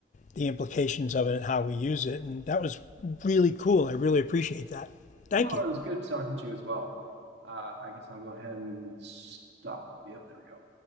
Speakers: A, on the left; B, on the right.
A: the implications of it and how we use it and that was really cool. I really appreciate that. Thank
B: Well,
A: you.
B: it was good talking to you as well. Uh, I guess I'll go ahead and stop. Yep, there we go.